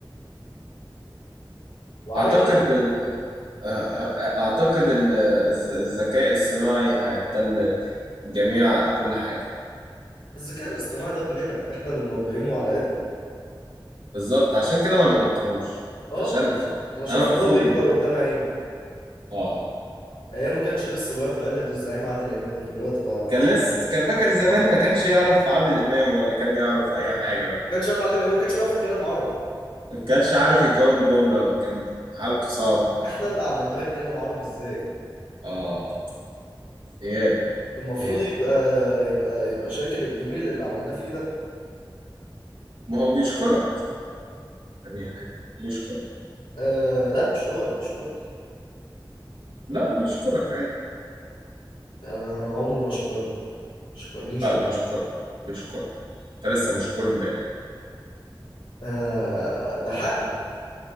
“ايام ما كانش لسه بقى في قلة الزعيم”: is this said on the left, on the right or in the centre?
Left